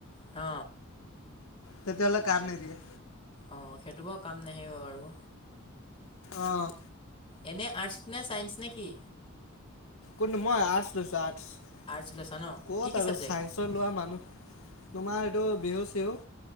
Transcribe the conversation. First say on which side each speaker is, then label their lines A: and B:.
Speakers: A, on the left; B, on the left.
A: অ
B: তেতিয়াহলে কাম নিদিয়ে।
A: অ সেইটো বৰ কাম নাহিব বাৰু
B: আহ
A: এনে আৰ্টছত নে চাইন্স নে কি
B: কোন মই আৰ্টচ লৈছো আৰ্টচ
A: আৰ্টছ লৈছা ন
B: ক'ত
A: কি কি
B: আৰু
A: ছাবজেক্ট
B: চাইন্সৰ লোৱা মানুহ তোমাৰ এইটো বিহু চিহু